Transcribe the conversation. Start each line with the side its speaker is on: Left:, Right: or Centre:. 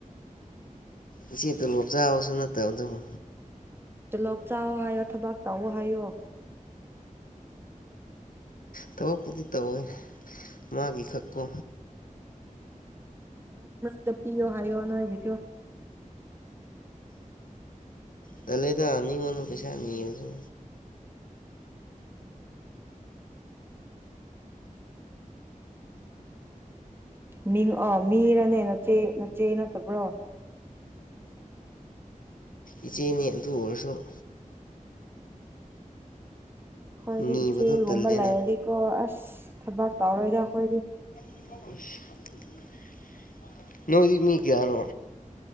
Left: ꯏꯆꯦ ꯇꯣ ꯂꯣꯞ ꯆꯥꯕꯁꯨ ꯅꯠꯇꯕ ꯑꯗꯨꯕꯨ
Right: ꯇꯂꯣꯞ ꯆꯥꯑꯣ ꯍꯥꯏꯌꯣ ꯊꯕꯥꯛ ꯇꯥꯛꯑꯣ ꯍꯥꯏꯌꯣ
Left: ꯊꯕꯛꯄꯨꯗꯤ ꯇꯧꯋꯤ ꯃꯥꯒꯤ ꯈꯛꯀꯣ
Right: ꯃ ꯄꯤꯌꯑꯣ ꯍꯥꯏꯌꯑꯣ ꯅꯁꯤꯑꯣ
Left: ꯇꯗ ꯑꯅꯤ ꯀꯅ ꯄꯩꯁꯥꯅꯤꯁꯨ
Right: ꯃꯤꯡ ꯑ ꯃꯤꯔꯅꯦ ꯅꯆꯦ ꯅꯆꯦ ꯅꯠꯇꯕ꯭ꯔꯣ
Left: ꯏꯆꯦꯅꯤ ꯑꯗꯨ ꯑꯣꯏꯁꯨꯣ
Right: ꯍꯣꯏꯗꯤ
Left: ꯅꯤꯕꯗꯣ
Right: ꯏꯆꯦꯒꯨꯝꯕ
Left: ꯇꯜꯂꯦꯅ
Right: ꯂꯩꯔꯗꯤꯀꯣ ꯑꯁ ꯊꯕꯥꯛ ꯇꯧꯔꯣꯏꯗ ꯑꯩꯈꯣꯏꯗꯤ
Left: <unintelligible> ꯅꯣꯏ ꯃꯤ ꯀꯌꯥꯅꯣ